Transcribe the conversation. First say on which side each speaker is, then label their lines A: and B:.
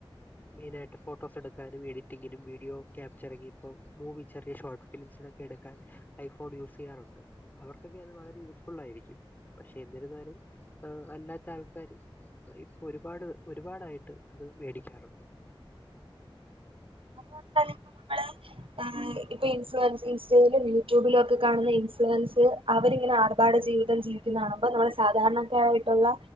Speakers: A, on the left (about 20°); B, on the right (about 75°).
A: മെയിനായിട്ട് ഫോട്ടോസ് എടുക്കാനും എഡിറ്റിങ്ങിനും വീഡിയോ ക്യാപ്ച ഇറങ്ങിയപ്പോ മൂവി ചെറിയ ഷോർട്ട് ഫിലിംസിനൊക്കെ എടുക്കാൻ ഐഫോൺ യൂസ് ചെയ്യാറുണ്ട് ഉണ്ടെങ്കിൽ വളരെ യൂസ്ഫുൾ ആായിയിരിക്കും പക്ഷെ എന്നിരുന്നാലും അല്ലാത്ത ആൾക്കാരും ഒരുപാട് ഒരുപാടായിട്ട് അത് മേടിക്കാറുണ്ട്
B: അത് പോൽ തന്നെ ഇപ്പ നമ്മള് ആ ഇപ്പ ഇൻസ്ലുവൻസ് ഇൻസ്റ്റയിലും യൂട്യൂബിലും ഒക്കെ കാണുന്ന ഇൻസ്ലുവൻസ് അവരിങ്ങനെ ആർഭാട ജീവിതം ജീവി എന്നാപിന്നാ സാധാരണക്കാരായിട്ടുള്ള